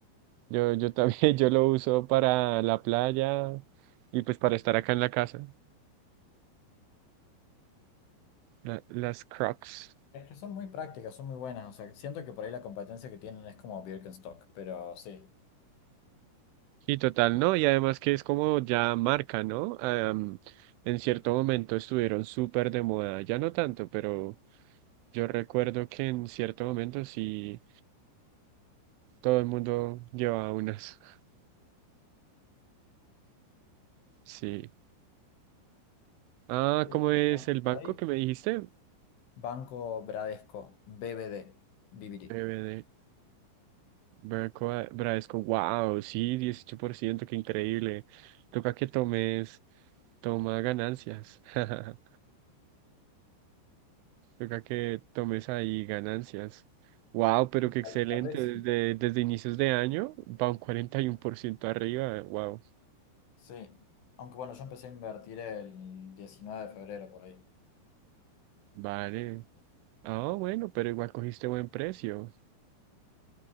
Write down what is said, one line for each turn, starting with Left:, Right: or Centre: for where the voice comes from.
Right: Yo, yo también, <laughs> yo lo uso para la playa y pues para estar acá en la casa. la- las Crocs.
Left: Es que son muy prácticas, son muy buenas, o sea, siento que por ahí la competencia que tienen es como Birkenstock, pero sí.
Right: Sí, total, ¿no? Y además que es como ya marca, ¿no? Am, en cierto momento estuvieron súper de moda, ya no tanto, pero yo recuerdo que en cierto momento sí, todo el mundo llevaba unas. <laughs> Sí. Ah,
Left: Sí,
Right: ¿cómo es el
Left: y por
Right: banco
Left: ahí,
Right: que me dijiste?
Left: Banco Bradesco, BBD, BBD.
Right: BBD. Branco, a- Bradesco, wow, sí, 18%, qué increíble. Toca que tomes, toma ganancias. <laughs> Toca que tomes ahí ganancias. Wow, pero qué excelente.
Left: Tal, tal vez
Right: Desde,
Left: sí.
Right: desde inicios de año va un 41% arriba. Wow,
Left: Sí. Aunque bueno, yo empecé a invertir el 19 de febrero por ahí.
Right: vale. Ah, bueno, pero igual cogiste buen precio.